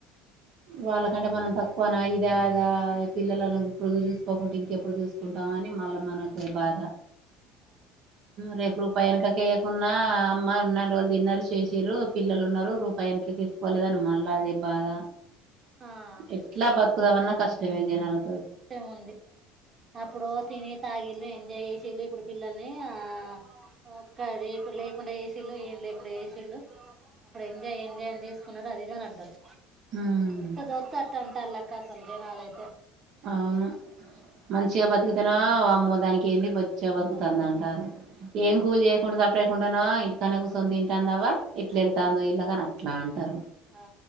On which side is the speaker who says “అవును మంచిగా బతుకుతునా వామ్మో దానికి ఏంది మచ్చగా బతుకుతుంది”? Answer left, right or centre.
Right